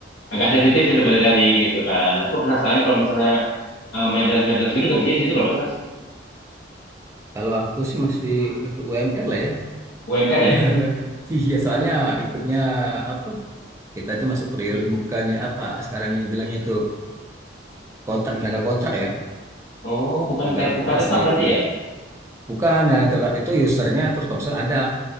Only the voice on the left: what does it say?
agak
sensitif sih sebenarnya nih gitu kan. Aku penasaran kalau misalnya eh, maintenance-maintenance gitu gajinya di situ berapa sih Mas?
UMR ya?
Oh, bukan
tet-
bukan tetap
berarti ya?